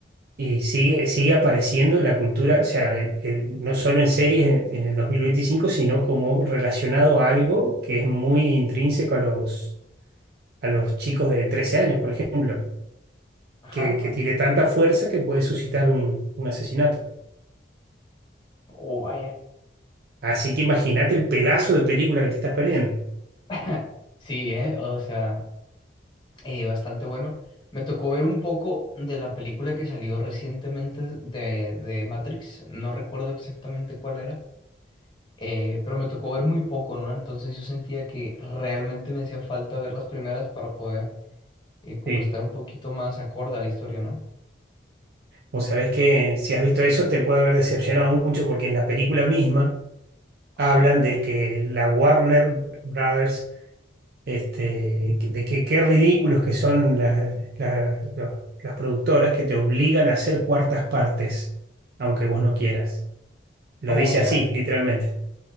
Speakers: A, on the right; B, on the left.
A: Y sigue, sigue apareciendo en la cultura, o sea, eh, eh, no solo en series en, en el 2025, sino como relacionado a algo que es muy intrínseco a los, a los chicos de 13 años, por ejemplo,
B: ajá,
A: que, que
B: ajá.
A: tiene tanta fuerza que puede suscitar un, un asesinato.
B: Oh, vaya.
A: Así que imagínate el pedazo de película que te estás perdiendo.
B: <laughs> Sí, ¿eh? O sea, eh, bastante bueno. Me tocó ver un poco de la película que salió recientemente de, de Matrix. No recuerdo exactamente cuál era, eh, pero me tocó ver muy poco, ¿no? Entonces yo sentía que realmente me hacía falta ver las primeras para poder eh, como
A: Sí.
B: estar un poquito más acorde a la historia, ¿no?
A: Vos sabés que si has visto eso te puede haber decepcionado mucho porque en la película misma
B: Ajá.
A: hablan de que la Warner Brothers este, de que qué ridículos que son las, las- los- las productoras que te obligan a hacer cuartas partes, aunque vos no quieras. Lo
B: Oh,
A: dice
B: ya.
A: así, literalmente.